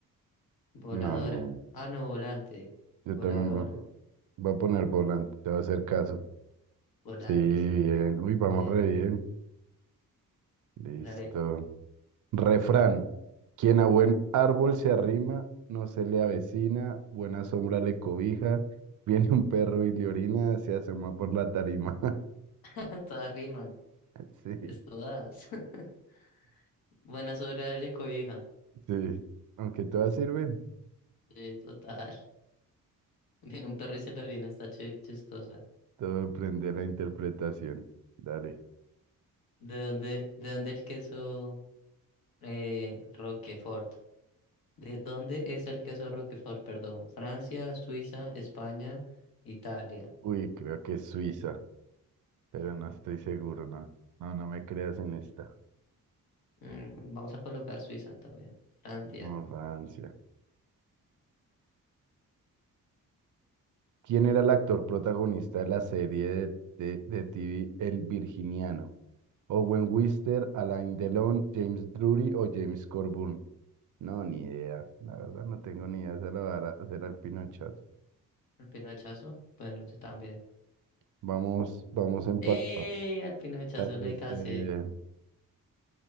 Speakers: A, on the left; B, on the right.
A: voladora.
B: no, ni.
A: Ah, no, volante.
B: Yo
A: Voladora,
B: también voy
A: vola.
B: a, po- voy a poner volante, te va a hacer caso.
A: Volante,
B: Sí, bien.
A: sí.
B: Uy, vamos
A: Bien,
B: re bien. Listo.
A: dale.
B: Refrán. Quien a buen árbol se arrima, no se le avecina, buena sombra le cobija, viene un perro y le orina, se asoma por la tarima.
A: <laughs> Todas riman,
B: <laughs> Sí,
A: pues todas. <laughs> Buena sobre darle cobija.
B: sí. Aunque todas sirven,
A: Sí, total. <laughs> Viene un perro y se lo orina, está chi- chistosa.
B: todo depende de la interpretación. Dale.
A: ¿De dónde, de dónde el queso eh, Roquefort? ¿De dónde es el queso Roquefort? Perdón. Francia, Suiza, España, Italia.
B: Uy, creo que es Suiza. pero no estoy seguro, no. No, no me creas en esta.
A: Mm, vamos a colocar Suiza también. Francia.
B: No, Francia. ¿Quién era el actor protagonista de la serie de, de, de TV El Virginiano? ¿Owen Wister, Alain Delon, James Drury o James Corbun? No, ni idea. La verdad no tengo ni idea. Se la va a dar- hacer al Pinochet.
A: ¿Al pinochazo? Bueno, yo también.
B: Vamos, vamos empatados.
A: ¡Eh! Al pinochazo
B: La tuviste
A: le casé.
B: bien.